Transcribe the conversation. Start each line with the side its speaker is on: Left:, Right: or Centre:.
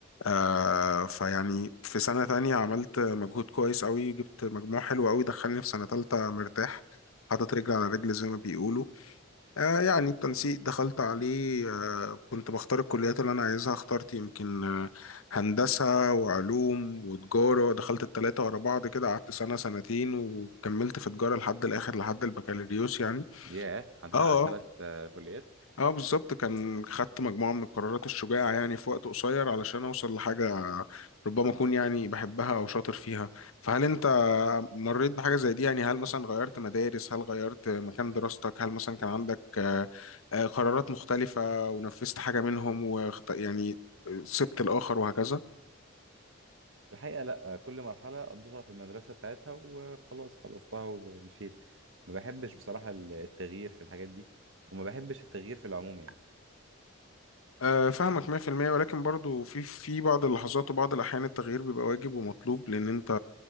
Left: آه
Right: مهم.
Left: فيعني في سنه تانية عملت مجهود كويس قوي جبت مجموع حلو قوي دخلني في سنه تالتة مرتاح حاطط رجل على رجل زي ما بيقولوا آه يعني التنسيق دخلت عليه آه كنت بختار الكليات اللي أنا عايزها اخترت يمكن آه هندسة وعلوم وتجارة دخلت التلاتة ورا بعض كده قعدت سنة سنتين وكملت في تجارة لحد الآخر لحد البكالوريوس يعني
Right: ياه عديت
Left: اه
Right: على ثلاث
Left: آه.
Right: كليات
Left: اه بالظبط كان خدت مجموعة من القرارات الشجاعة يعني في وقت قصير علشان اوصل لحاجة ربما اكون يعني بحبها او شاطر فيها فهل انت مريت بحاجة زي دي يعني هل مثلا غيرت مدارس هل غيرت مكان دراستك هل مثلا كان عندك آه، آه، قرارات مختلفة ونفذت حاجة منهم وخط... يعني سبت الآخر وهكذا
Right: الحقيقة لا آه، كل مرحلة قضيتها في المدرسة بتاعتها وخلاص خلصتها ومشيت ما بحبش بصراحة ال- التغيير في الحاجات دي وما بحبش التغيير في العموم يعني
Left: آه، فاهمك 100% ولكن برضو في في بعض اللحظات وبعض الأحيان التغيير بيبقى واجب ومطلوب لأن أنت